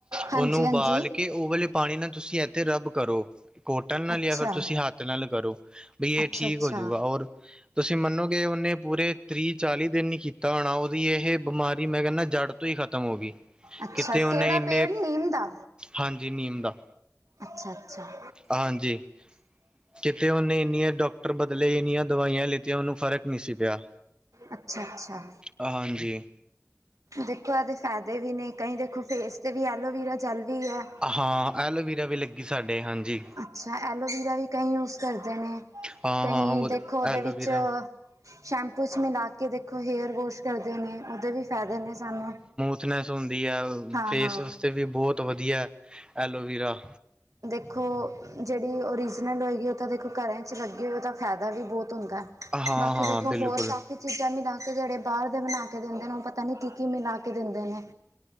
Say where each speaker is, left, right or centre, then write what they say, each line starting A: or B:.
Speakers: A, on the right (about 85°); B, on the right (about 15°).
A: ਹਾਂਜੀ
B: ਉਹਨੂੰ ਉਬਾਲ
A: ਹਾਂਜੀ
B: ਕੇ ਉਹ ਵਾਲੇ ਪਾਣੀ ਨਾਲ ਤੁਸੀਂ ਇੱਥੇ ਰੱਬ ਕਰੋ। ਕੋਟਲ ਨਾਲ
A: ਅੱਛਾ
B: ਲਿਆ ਫਿਰ ਤੁਸੀਂ ਹੱਥ ਨਾਲ ਕਰੋ ਬ ਇਹ
A: ਅੱਛਾ
B: ਠੀਕ
A: ਅੱਛਾ
B: ਹੋਜੂਗਾ ਔਰ ਤੁਸੀਂ ਮੰਨੋਗੇ ਉਹਨੇ ਪੂਰੇ ਤੀਹ, ਚਾਲੀ ਦਿਨ ਹੀ ਕੀਤਾ ਹੋਣਾ ਉਹਦੀ ਇਹ ਬਿਮਾਰੀ ਮੈਂ ਕਹਿੰਦਾ ਜੜ ਤੋਂ ਹੀ ਖਤਮ ਹੋ ਗਈ
A: ਅੱਛਾ
B: ਕਿਤੇ ਉਹਨੇ
A: ਕਿਹੜਾ
B: ਇੰਨੇ
A: ਪੇੜ ਨੀਮ ਦਾ
B: ਹਾਂਜੀ ਨੀਮ ਦਾ
A: ਅੱਛਾ ਅੱਛਾ
B: ਹਾਂਜੀ। ਕਿਤੇ ਉਹਨੇ ਇੰਨੀਆਂ ਡਾਕਟਰ ਬਦਲੇ ਇੰਨੀਆਂ ਦਵਾਈਆਂ ਲਿੱਤੀਆਂ ਉਹਨੂੰ ਫ਼ਰਕ ਨਹੀਂ ਸੀ ਪਿਆ।
A: ਅੱਛਾ ਆ ਅੱਛਾ ਆ
B: ਹਾਂਜੀ
A: ਦੇਖੋ ਇਦੇ ਫਾਇਦੇ ਨੇ ਕਈ ਦੇਖੋ ਫੇਸ 'ਤੇ ਵੀ ਐਲੋਵੀਰਾ ਜੈਲ ਵੀ ਹੈ
B: ਹਾਂ ਐਲੋਵੀਰਾ ਵੀ ਲੱਗੀ ਸਾਡੇ ਹਾਂਜੀ
A: ਅੱਛਾ ਐਲੋਵੀਰਾ ਵੀ ਕਈ ਯੂਜ ਕਰਦੇ ਨੇ
B: ਹਾਂ
A: ਕਈ
B: ਹਾਂ ਉਹ
A: ਦੇਖੋ ਉਹਦੇ
B: ਐਲੋਵੀਰਾ
A: ਵਿੱਚ ਸ਼ੈਂਪੂ ਚ ਮਿਲਾ ਕੇ ਦੇਖੋ ਹੇਅਰ ਵੋਸ਼ ਕਰਦੇ ਨੇ ਉਹਦੇ ਵੀ ਫਾਇਦੇ ਨੇ ਸਾਨੂੰ
B: ਥ਼ਨੈਸ ਹੁੰਦੀ ਹੈ
A: ਹਾਂ-ਹਾਂ
B: ਫੇਸ ਵਾਸਤੇ ਵੀ ਬਹੁਤ ਵਧੀਆ ਐਲੋਵੇਰਾ
A: ਦੇਖੋ ਜਿਹੜੀ ਓਰੀਜਨਲ ਹੋਗੀ ਆ ਓ ਤਾਂ ਦੇਖੋ ਘਰ ਚ ਲੱਗੀ ਓ ਤਾਂ ਫੈਦਾ ਵੀ ਬਹੁਤ ਹੁੰਦਾ
B: ਹਾਂ
A: ਬਾਕੀ
B: ਹਾਂ
A: ਦੇਖੋ
B: ਬਿਲਕੁਲ
A: ਹੋਰ ਕੰਮ ਕਿ ਚੀਜ਼ਾਂ ਮਿਲਾਕੇ ਜਿਹੜੇ ਬਾਹਰ ਦੇ ਬਣਾ ਕੇ ਦਿੰਦੇ ਨੇ ਉਹ ਪਤਾ ਨਹੀਂ ਕੀ ਕੀ ਮਿਲਾ ਕੇ ਕੇ ਦਿੰਦੇ ਨੇ